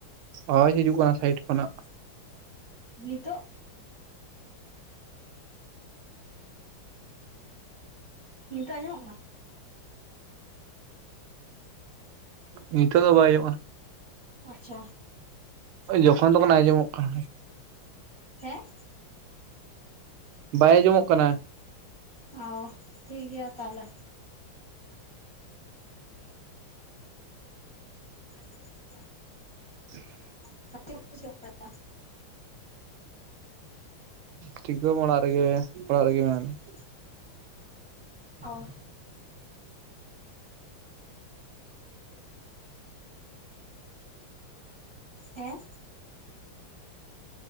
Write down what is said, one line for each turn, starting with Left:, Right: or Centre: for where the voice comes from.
Right: ᱟᱣᱟᱡᱽ ᱦᱤᱡᱩᱜ ᱠᱟᱱᱟ ᱥᱟᱭᱤᱰ ᱠᱷᱚᱱᱟᱜ ᱾
Centre: ᱱᱤᱛᱳᱜ? ᱱᱤᱛᱳᱜ ᱟᱸᱡᱚᱢᱚᱜ ᱠᱟᱱᱟ? <inaudible> <inaudible>
Right: ᱱᱤᱛᱚᱜ ᱫᱚ ᱵᱟᱭ ᱚᱡᱚᱢᱚᱜ-ᱟ᱾
Centre: ᱟᱪᱪᱷᱟ
Right: ᱡᱚᱠᱷᱚᱱ ᱫᱚᱠᱷᱚᱱ ᱟᱸᱡᱚᱢᱚᱜ ᱠᱟᱱᱟ
Centre: ᱦᱮᱸ
Right: ᱵᱟᱭ ᱟᱸᱡᱚᱢᱚᱜ ᱠᱟᱱᱟ
Centre: ᱚ ᱴᱷᱤᱠᱜᱮᱭᱟ ᱛᱟᱦᱚᱞᱮ <unintelligible>
Right: <unintelligible>
Centre: <inaudible>
Right: ᱪᱤᱠᱟ ᱵᱟ ᱚᱲᱟᱜ ᱨᱮᱜᱮ ᱚᱲᱟᱜ ᱨᱮᱜᱮ ᱢᱮᱱᱟ ᱞᱤᱧᱟ᱾
Centre: <inaudible> ᱚᱻ ᱦᱮᱸ